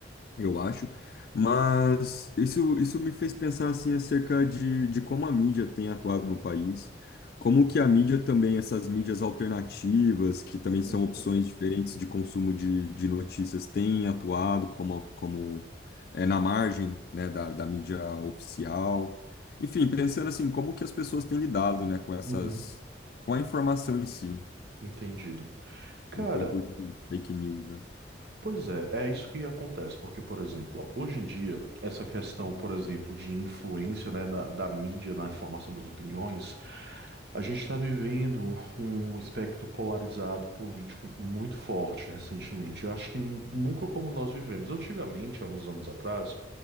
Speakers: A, on the left (about 55°); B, on the right (about 60°).
A: eu acho. Mas isso, isso me fez pensar assim acerca de, de como a mídia tem atuado no país, como que a mídia também, essas mídias alternativas, que também são
B: uhum,
A: opções diferentes de consumo de, de notícias, têm atuado como, como é, na margem, né, da, da mídia oficial. Enfim, pensando assim, como que as pessoas têm lidado, né, com essas,
B: uhum,
A: com a informação em si,
B: entendido. Cara,
A: em tempo de fake news, né?
B: pois é, é isso que acontece, porque, por exemplo, ó, hoje em dia, essa questão, por exemplo, de influência, né, da, da mídia na formação das opiniões, a gente está vivendo um espectro polarizado político muito forte recentemente. Eu acho que n- nunca como nós vivemos. Antigamente, há uns anos atrás,